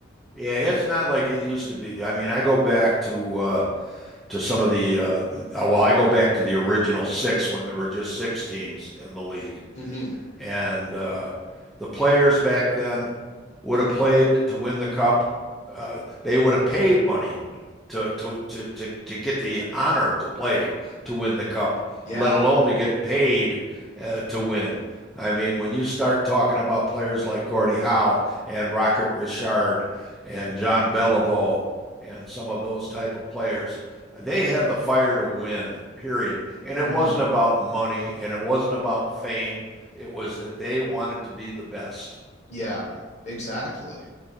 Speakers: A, in the centre; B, on the left.
A: yeah, it's not like it used to be. I mean, I go back to Uh, to some of the uh, oh, well, I go back to the original six when there were just six teams in the league,
B: hmm
A: and uh, the players back then would have played to win the cup. Uh, they would have paid money to, to to to to get the honor to play to win the cup,
B: Yeah.
A: let alone to get paid uh, to win. I mean, when you start talking about players like Gordie Howe and Rocket Richard and John Beliveau and some of those type of players, they had the fire to win, period. And it
B: hmm
A: wasn't about money and it wasn't about fame. It was that they wanted to be the best.
B: Yeah. Exactly.